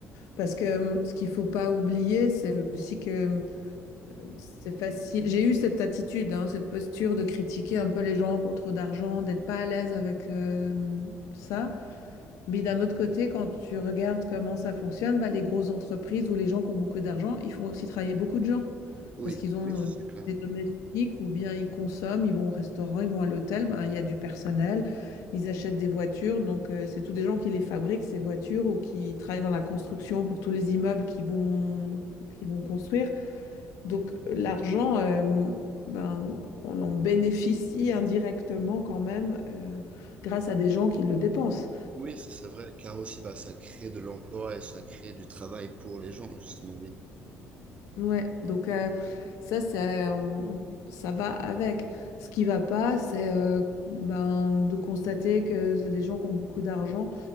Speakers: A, on the left; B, on the right.
A: Parce que euh, ce qu'il faut pas oublier, c'est aussi que euh, c'est facile. J'ai eu cette attitude, hein, cette posture de critiquer un peu les gens qui ont trop d'argent, d'être pas à l'aise avec euh, ça. Mais d'un autre côté, quand tu regardes comment ça fonctionne, bah, les grosses entreprises ou les gens qui ont beaucoup d'argent, ils font aussi travailler beaucoup de gens
B: oui,
A: parce qu'ils ont
B: oui, ça,
A: euh,
B: c'est clair.
A: des domestiques ou bien ils consomment, ils vont au restaurant, ils vont à l'hôtel, bah, il y a du personnel, ils achètent des voitures. Donc, euh, c'est tous des gens qui les fabriquent, ces voitures, ou qui travaillent dans la construction pour tous les immeubles qu'ils vont, qu'ils vont construire. Donc, l'argent, euh, ben, on en bénéficie indirectement quand même euh, grâce à des gens qui le dépensent.
B: Oui, ça c'est vrai, car aussi bah, ça crée de l'emploi et ça crée du travail pour les gens, justement, oui.
A: Ouais, donc euh, ça, c'est, euh, on- ça va avec. Ce qui va pas, c'est euh, ben, de constater que les gens qui ont beaucoup d'argent,